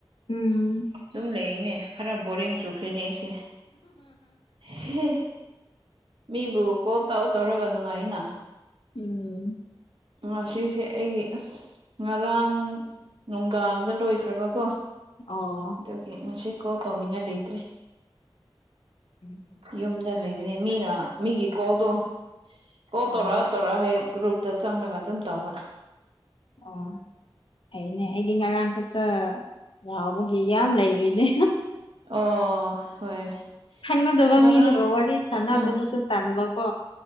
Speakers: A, on the left; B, on the right.
A: ꯎꯝ
B: ꯑꯗꯨꯝ ꯂꯩꯌꯦꯅꯦ ꯈꯔ ꯕꯣꯔꯤꯡ ꯆꯨꯈ꯭ꯔꯦꯅꯦ ꯑꯩꯁꯦ ꯍꯦ ꯍꯦ ꯃꯤꯕꯨ ꯀꯣꯜ ꯇꯧ ꯇꯧꯔꯒ ꯅꯨꯡꯉꯥꯏꯅ
A: ꯎꯝ
B: ꯉꯁꯤꯁꯦ ꯑꯩꯒꯤ ꯑꯁ ꯉꯔꯥꯡ ꯅꯨꯡꯗꯥꯡꯗ ꯂꯣꯏꯈ꯭ꯔꯕ ꯀꯣ
A: ꯑꯣ
B: ꯑꯗꯨꯒꯤ ꯉꯁꯤ ꯀꯣꯜ ꯇꯧꯅꯤꯡꯉꯥꯏ ꯂꯩꯇ꯭ꯔꯤ
A: <inaudible>
B: ꯌꯨꯝꯗ ꯂꯩꯕꯅꯦ ꯃꯤꯅ ꯃꯤꯒꯤ ꯀꯣꯜꯗꯣ ꯀꯣꯜ
A: ꯑꯣ
B: ꯇꯧꯔꯛꯑꯥ ꯇꯧꯔꯛ ꯍꯦꯛ ꯒ꯭ꯔꯨꯞꯇ ꯆꯪꯂꯒ ꯑꯗꯨꯝ ꯇꯧꯕ
A: ꯑꯣ ꯐꯩꯅꯦ ꯑꯩꯗꯤ ꯉꯔꯥꯡꯈꯛꯇ ꯌꯥꯎꯕꯒꯤ ꯌꯥꯝ ꯂꯩꯔꯤꯅꯦ
B: ꯑꯣ ꯍꯣꯏ
A: ꯈꯪꯅꯗꯕ
B: ꯉꯔꯥꯡ
A: ꯃꯤꯗꯨꯒ ꯋꯥꯔꯤ ꯁꯥꯟꯅꯕꯗꯨꯁꯨ
B: ꯎꯝ
A: ꯇꯟꯕ ꯀꯣ